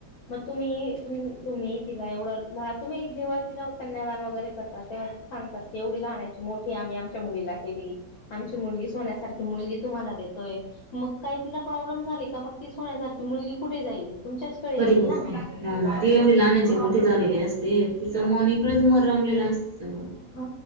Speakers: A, on the left; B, on the right.
A: मग तुम्ही तुम्ही तिला एवढं लान तुम्ही जेव्हा तिला कन्यादान वगैरे करता तेव्हा सांगतात तेवढी लहण्याची मोठी आम्ही आमच्या मुलीला केली आमची
B: मग
A: मुलगी सोन्यासारखी की मुलगी तुम्हाला देतोय मग काही तिला प्रॉब्लेम झाली का मग ती सुण्यासारखी मुलगी कुठे जाईल तुमच्याचकडे
B: परी
A: येईल
B: गोष्टी
A: ना
B: ती एवढी लहानाची मोठी झालेली अस ते तिचं मोनकडेच मर रमलेलं असतं सगळं
A: ह